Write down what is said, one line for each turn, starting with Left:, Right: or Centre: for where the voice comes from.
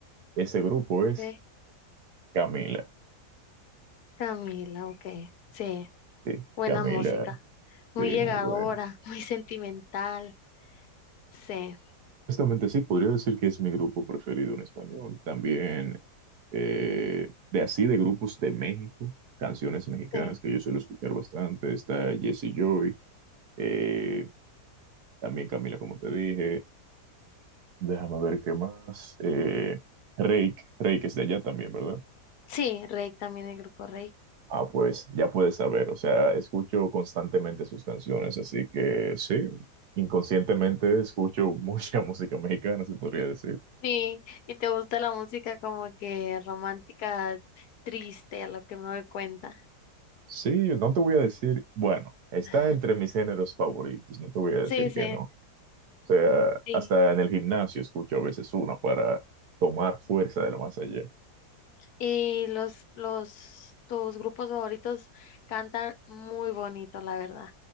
Right: Ese grupo es
Left: Sí,
Right: Camila.
Left: Camila, ok. Sí,
Right: Sí,
Left: buena
Right: Camila,
Left: música, muy
Right: sí,
Left: llegadora,
Right: muy bueno.
Left: <laughs> muy sentimental. Sí,
Right: Honestamente sí, podría decir que es mi grupo preferido en español. También eh, de así de grupos de México, canciones mexicanas
Left: sí.
Right: que yo suelo escuchar bastante. Está Jesse Joy, eh, también Camila, como te dije. Déjame ver qué más. Eh, Reik, Reik es de allá también, ¿verdad?
Left: Sí, Rey también, el grupo Rey.
Right: Ah, pues ya puedes saber. O sea, escucho constantemente sus canciones, así que sí, inconscientemente escucho mucha <laughs> música mexicana, se podría decir.
Left: Sí, y te gusta la música como que romántica, triste, a lo que me doy cuenta.
Right: Sí, no te voy a decir, bueno, está
Left: <laughs>
Right: entre mis géneros favoritos, no te voy a
Left: Sí,
Right: decir
Left: sí,
Right: que no. O sea,
Left: sí.
Right: hasta en el gimnasio escucho a veces una para tomar fuerza de lo más allá.
Left: Y los, los, tus grupos favoritos cantan muy bonito, la verdad,